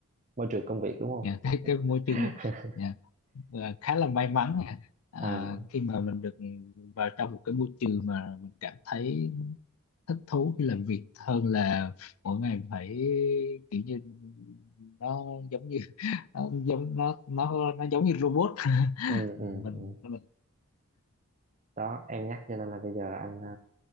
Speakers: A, on the right; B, on the left.
A: môi trường công việc đúng không
B: nhà, <laughs> cái, cái môi
A: <laughs>
B: trường nhà, à, khá là may mắn nha À,
A: Ờ,
B: khi mà mình được vào trong một cái môi trường mà mình cảm thấy thích thú khi làm việc hơn là mỗi ngày phải kiểu như nó giống như <laughs> nó giống nó nó nó giống như robot <laughs>
A: ừ,
B: mình
A: ừ, ừ.
B: mình
A: Đó em nhắc cho nên là bây giờ anh ờ,